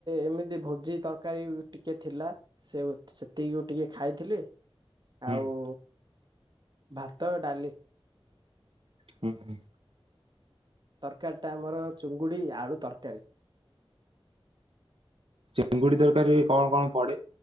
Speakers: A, on the right; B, on the right.
A: ଏମିତି ଭୋଜି ତରକାରି ଟିକେ ଥିଲା। ସେଇ ସେତିକି ଟିକେ ଖାଇଥିଲି।
B: ହୁଁ
A: ଆଉ ଭାତ, ଡାଲି।
B: ହୁଁ
A: ତରକାରି ଟା ଆମର ଚୁଙ୍ଗୁଡି ଆଳୁ ତରକାରି।
B: ଚିଙ୍ଗୁଡି ତରକାରିରେ କଣ କଣ ପଡେ